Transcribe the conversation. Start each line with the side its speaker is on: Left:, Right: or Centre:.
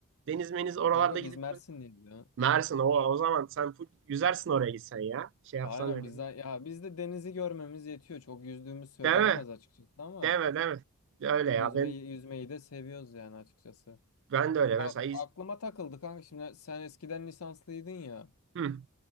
Right: deniz meniz oralarda
Left: Kanka
Right: gidip
Left: biz Mersinliyiz ya.
Right: Mersin o, o zaman sen full yüzersin oraya gitsen ya. Şey yapsan
Left: Aynen
Right: öyle
Left: bizden
Right: bir.
Left: ya bizde denizi görmemiz yetiyor. Çok yüzdüğümüz söylenemez
Right: Deme,
Left: açıkçası ama
Right: deme, deme. Öyle
Left: yüzmeyi
Right: ya ben
Left: yüzmeyi de seviyoruz yani açıkçası.
Right: ben de öyle
Left: Ya
Right: mesela İz-
Left: aklıma takıldı kanka şimdi sen eskiden lisanslıydın ya.
Right: Hı.